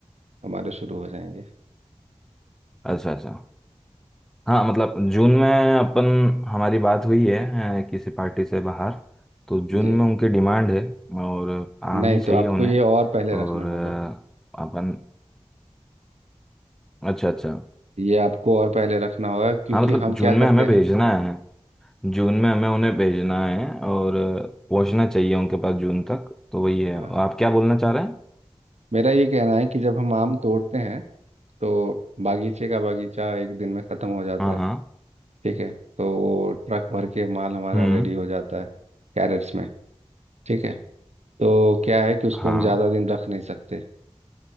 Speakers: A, on the right (about 80°); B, in the centre.
A: हमारे शुरू हो जाएंगे
B: अच्छा अच्छा हाँ मतलब जून में अपन हमारी बात हुई है अ, किसी पार्टी से बाहर तो जून
A: जी
B: में उनकी डिमांड है और आम
A: नहीं
B: ही चाहिए
A: तो आपको
B: उन्हें
A: ये और पहले
B: और
A: रखना
B: अ,
A: होगा
B: अपन अच्छा अच्छा
A: ये आपको और पहले रखना होगा क्योंकि
B: हाँ मतलब
A: हम
B: जून
A: क्या
B: में
A: करते
B: हमें भेजना है जून में हमें उन्हें भेजना है और अ, पहुंचना चाहिए उनके पास जून तक तो वही है
A: हैं
B: आप क्या बोलना चाह रहे हैं
A: मेरा ये कहना है कि जब हम आम तोड़ते हैं तो बागीचे का बागीचा एक दिन में ख़त्म हो जाता
B: हाँ
A: है
B: हाँ
A: ठीक है तो वो ट्रक भर के माल हमारा
B: हम्म
A: रेडी हो जाता है कैरेट्स में ठीक है तो क्या है कि उसको
B: हाँ
A: हम ज़्यादा दिन रख नहीं सकते